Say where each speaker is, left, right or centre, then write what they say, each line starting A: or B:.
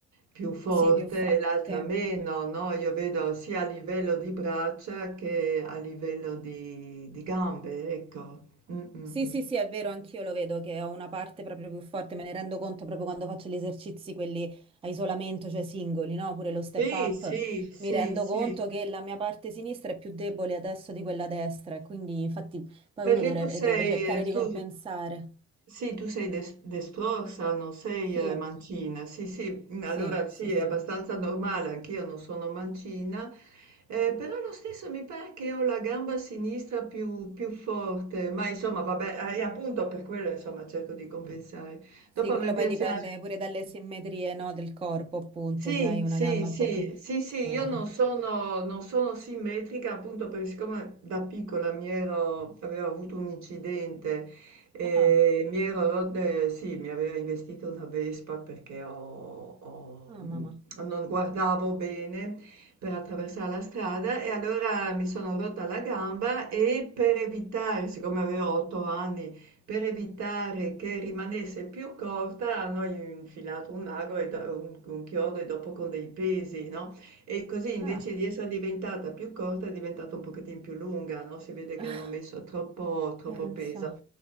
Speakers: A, on the right (about 65°); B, on the right (about 20°).
A: più forte
B: sì, più forte.
A: e l'altra meno, no? Io vedo sia a livello di braccia che a livello di, di gambe, ecco. Mm, mm,
B: Sì,
A: mm.
B: sì, sì, è vero, anch'io lo vedo che ho una parte proprio più forte, me ne rendo conto proprio quando faccio gli esercizi, quelli a isolamento, cioè singoli, no? Pure lo step
A: Sì,
B: up,
A: sì, sì,
B: mi rendo
A: sì,
B: conto
A: sì,
B: che la mia parte sinistra è più debole adesso di quella destra e quindi infatti poi
A: Perché
B: uno dovrebbe,
A: tu sei,
B: deve cercare
A: eh,
B: di
A: tu,
B: compensare.
A: sì, tu sei des- destrorsa, non sei
B: Sì,
A: eh, mancina. Sì, sì, mm, allora
B: sì,
A: sì,
B: sì, sì.
A: è abbastanza normale, anch'io non sono mancina, eh, però lo stesso mi pare che ho la gamba sinistra più, più forte, ma insomma, vabbè, eh, appunto per quello, insomma, cerco di compensare.
B: Sì,
A: Dopo
B: quello
A: mi piace
B: poi dipende
A: anche...
B: pure dalle simmetrie, no, del corpo, appunto,
A: Sì,
B: se hai
A: sì,
B: una gamba
A: sì,
B: un po' più...
A: sì, sì,
B: Eh.
A: io non sono, non sono simmetrica appunto perché siccome da piccola mi ero, avevo avuto un incidente e
B: Ah,
A: mi ero, rodde- sì, mi aveva investito una Vespa perché ho- ho,
B: ah,
A: mh,
B: mamma.
A: non guardavo bene per attraversare la strada e allora mi sono rotta la gamba e per evitare, siccome avevo otto anni, per evitare che rimanesse più corta hanno infilato un ago e da un un chiodo e dopo con dei pesi, no, e così invece
B: Ah,
A: di essere diventata più corta è diventata un pochettin più lunga, no, si vede che
B: <laughs>
A: hanno messo troppo troppo
B: pensa.
A: peso.